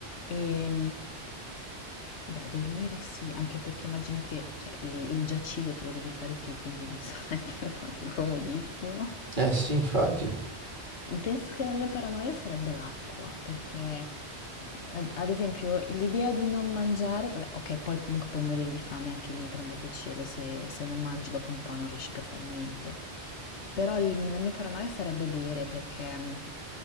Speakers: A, on the left (about 85°); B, on the right (about 45°).
A: E, beh, dormire sì, anche perché immagino che cioè, il, il giaciglio te lo devi fare tu, quindi non <laughs> sarebbe proprio comodissimo.
B: Eh sì, infatti.
A: Penso che la mia paranoia sarebbe l'acqua, perché ad ad esempio l'idea di non mangiare, vabbè, ok, poi comunque puoi morire di fame anche lì, per amor del cielo, se, se non mangi dopo un po' non riesci più a fare niente. Però il- la mia paranoia sarebbe bere, perché,